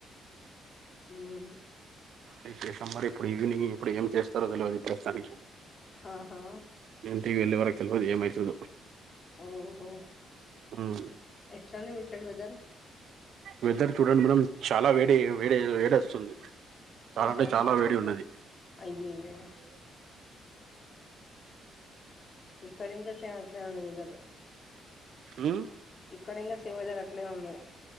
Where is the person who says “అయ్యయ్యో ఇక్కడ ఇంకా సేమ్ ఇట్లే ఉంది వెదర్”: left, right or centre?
Left